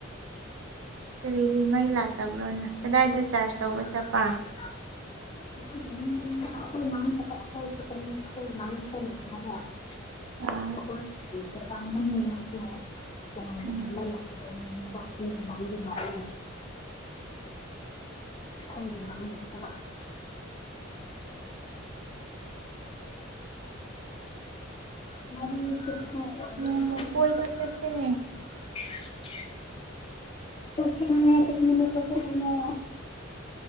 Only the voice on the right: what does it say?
ꯀꯔꯤꯒꯤ ꯃꯩ ꯂꯥꯛꯇꯕ꯭ꯔꯣꯅ ꯀꯗꯥꯏꯗ ꯆꯔꯖ ꯇꯧꯕ ꯆꯠ
<unintelligible>
ꯑꯥ
ꯎꯝ
ꯅꯣꯡꯃ ꯀꯣꯏꯕ ꯆꯠꯁꯤꯅꯦ